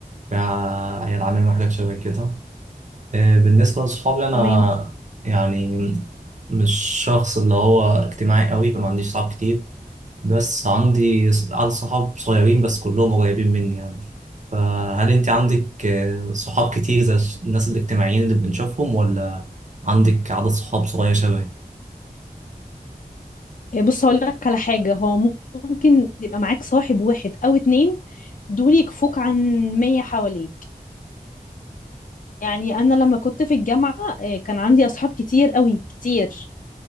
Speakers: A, on the right (about 50°); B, on the left (about 55°).
A: عيال عمامي وحاجات شبه كده آه، بالنسبة لصحابي أنا
B: تمام
A: يعني مش شخص اللي هو اجتماعي قوي فما عنديش صحاب كتير بس عندي ص- عدد صحاب صغيرين بس كلهم قريبين مني يعني فهل أنت عندك آه، صحاب كتير زي الش- الناس الاجتماعيين اللي بنشوفهم ولا عندك عدد صحاب صغير شبهي؟
B: إيه بص هقول لك على حاجه هو ممكن يبقى معاك صاحب واحد او اتنين دول يكفوك عن 100 حواليك يعني انا لما كنت في الجامعه آه، كان عندي اصحاب كتير قوي كتير